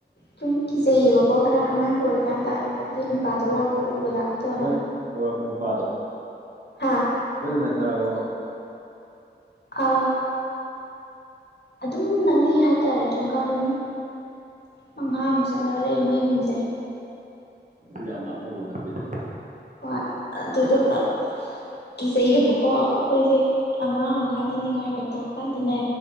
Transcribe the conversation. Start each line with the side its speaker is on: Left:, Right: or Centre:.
Left: ꯁꯨꯝ ꯀꯤꯖꯩꯌꯦꯕꯀꯣ ꯈꯔ ꯑꯉꯥꯡꯒ ꯑꯣꯏꯀꯥꯟꯗ ꯑꯗꯨ ꯅꯨꯄꯥꯗꯣ ꯂꯥꯛꯄ ꯎꯕꯗ ꯑꯗꯨ
Right: ꯃꯣꯏ <unintelligible> ꯄꯥꯗꯣ
Left: ꯍꯥꯥ
Right: ꯅꯛꯅꯔꯕꯕ
Left: ꯑ ꯑꯗꯨꯝ ꯅꯛꯅꯩ ꯍꯥꯏꯇꯥꯔꯦ ꯊꯣꯡꯒꯥꯟ ꯃꯉꯥꯃꯨꯛ ꯆꯠꯂꯒ ꯂꯩ ꯃꯣꯏꯌꯨꯝꯁꯦ
Right: ꯑꯗꯨꯁꯨ ꯌꯥꯝ ꯂꯥꯞꯅꯧꯕ ꯅꯠꯇꯦꯅꯦ
Left: ꯍꯣꯏ ꯑꯗꯨꯗꯨꯒ ꯀꯤꯖꯩꯑꯦꯕꯀꯣ ꯑꯩꯈꯣꯏꯁꯦ ꯑꯉꯥꯡ ꯑꯣꯏ ꯀꯥꯟꯗ ꯅꯤꯡꯉꯥꯏꯒ ꯇꯧꯀꯥꯟꯗꯅꯦ